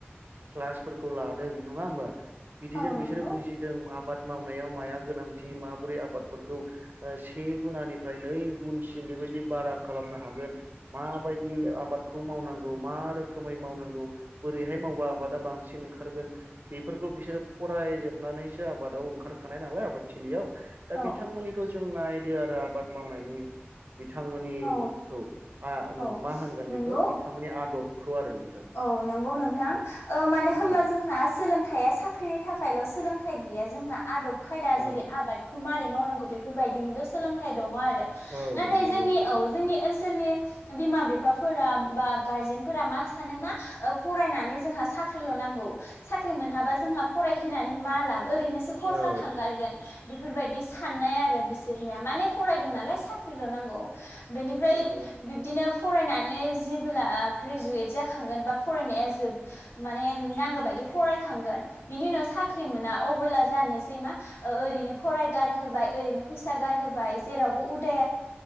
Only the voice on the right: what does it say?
क्लासफोरखौ लादों नङा होमबा बिदिजों
बिसोर
बुजिदों आबाद मावो मावनायाव माया माया गोनांथि माबोरै आबादफोरखौ से गुनानिफ्राय नै गुनसिम बेबायदि बारा खालामनो हागोन माबायदि आबादखौ मावनांगौ मा रोखोमै मावनांगौ बोरैहाय मावबा आबादा बांसिन ओंखारगोन बेफोरखौ बिसोरो फरायजोबनानैसो आबादाव ओंखारखानाय नालाय आबादथिलियाव दा
बिथांमोननिखौ जों नायदो आरो आबाद मावनायनि बिथांमोननिखौ
मा होनगोन
बेखौ बिथांमोननि आदबखौ आरो नोंथां
औ
औ
औ
नंगौ
नोंथां
औ
नंगौ नोंथां